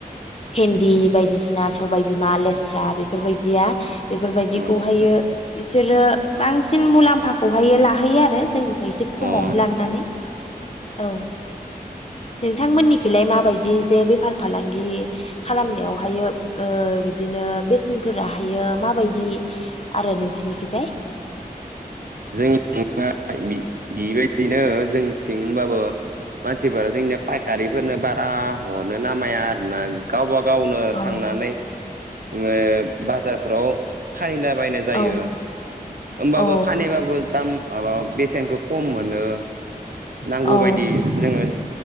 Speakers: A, on the left (about 40°); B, on the right (about 65°).
A: हेन्दि बायदिसिना सबायाइ बिमा लेस्रा बेफोरबायदिया बेफोरबायदिखौहायो
B: अ नोंथां
A: बिसोरो बांसिन मुलाम्फा खौहायो लाहैयो आरो जोंनिफ्राय एसे खमावनो
B: अ नोंथां
A: लांनानै। औ नोंथांमोननिखिलाय माबायदि जे बेफार फालांगि बे खालामनायावहायो ओ बिदिनो बेसेनफोराहायो माबायदि आरो नोंसिनिखिजाय?
B: जोंनि <unintelligible> बिबायदिनो जोंनिथिं होनबाबो मानसिफोरा जोंनिया फायखारिफोरनो बारा हरनो नामाया आरोना गावबा गावनो
A: औ
B: थांनानै ओ बाजारफोराव फानलिला बायनाय जायो
A: औ
B: होमबाबो
A: औ
B: बो दाम माबा बेसेनखौ खम मोनो नांगौ
A: औ
B: बायदि जोङो